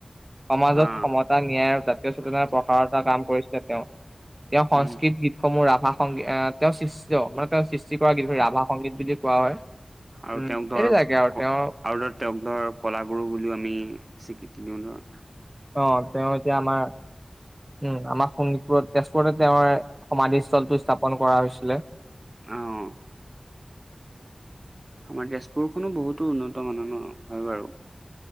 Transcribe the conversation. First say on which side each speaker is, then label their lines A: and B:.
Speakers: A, on the right; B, on the right.
A: সমাজত
B: অ
A: ক্ষতা ন্যায় আৰু জাতীয় চেতনাৰ প্ৰসাৰতা কাম কৰিছিলে তেওঁ। তেওঁ সংস্কৃত
B: উম
A: গীতসমূহ ৰাভা সংগ এ তেওঁৰ সৃষ্ট তেওঁ মানে তেওঁ সৃষ্টি কৰা গীতসমূহ ৰাভা। সংগীত বুলি কোৱা হয়।
B: আৰু
A: উম
B: তেওঁক ধৰ,
A: এইবিলাকে
B: আৰু
A: তেওঁৰ
B: ধৰ তেওঁক ধৰ কলাগুৰু বুলিও আমি। সিকি দি নও ন।
A: অ তেওঁ এতিয়া আমাৰ উম আমাৰ শোণিতপুৰত তেওঁৰ সমাধি স্থলটো স্থাপন কৰা হৈছিলে।
B: আহ। আমাৰ তেজপুৰখনো বহুতো উন্নত মানৰ ন? হয় বাৰু।